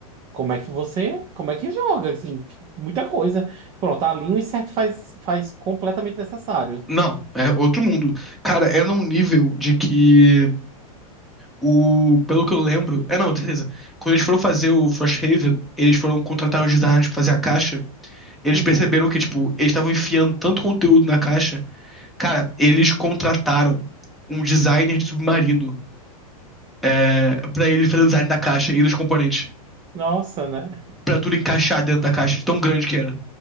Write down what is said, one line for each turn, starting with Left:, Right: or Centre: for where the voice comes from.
Right: como é que você, como é que joga? Assim, muita coisa. Pronto, ali um insert faz, faz completamente necessário.
Centre: não, é outro mundo. Cara, é num nível de que o. Pelo que eu lembro. É não, certeza. Quando eles foram fazer o Frosthaven, eles foram contratar os designers pra fazer a caixa. Eles
Right: Uhum.
Centre: perceberam que, tipo, eles estavam enfiando tanto conteúdo na caixa. Cara, eles contrataram um designer de submarino é, pra ele fazer o design da caixa e dos componentes.
Right: Nossa, né?
Centre: Pra tudo encaixar dentro da caixa, tão grande que era.